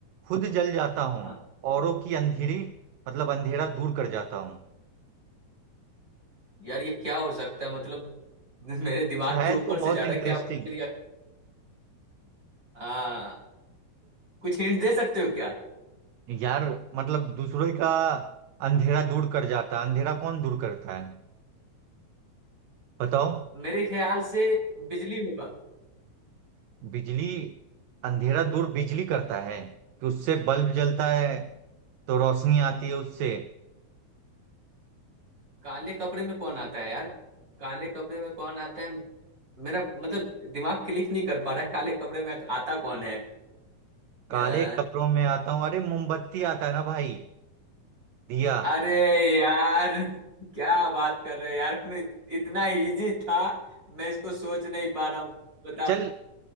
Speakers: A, on the right; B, on the right.
A: खुद जल जाता हूँ
B: हाँ
A: औरों की अंधेरी मतलब अंधेरा दूर कर जाता हूँ
B: यार ये क्या हो सकता है मतलब <laughs> मेरे दिमाग
A: कुछ है
B: के ऊपर
A: तो बहुत
B: से जा रहा
A: इंटरेस्टिंग
B: है क्या पूछ लिया हाँ कुछ हिंट दे सकते हो क्या
A: यार मतलब दूसरों का अंधेरा दूर कर जाता है अंधेरा कौन दूर करता है बताओ
B: मेरे ख्याल से बिजली होगा
A: बिजली अंधेरा दूर बिजली करता है कि उससे बल्ब जलता है तो रोशनी आती है उससे
B: काले कपड़े में कौन आता है यार काले कपड़े में कौन आता है मेरा मतलब दिमाग क्लिक नहीं कर पा रहा है काले कपड़े में आता कौन है अ,
A: काले कपड़ों में आता हूँ अरे मोमबत्ती आता है ना भाई दिया
B: अरे यार क्या बात कर रहे हो यार मैं इतना इजी था मैं इसको सोच नहीं पा रहा हूँ बताओ
A: चल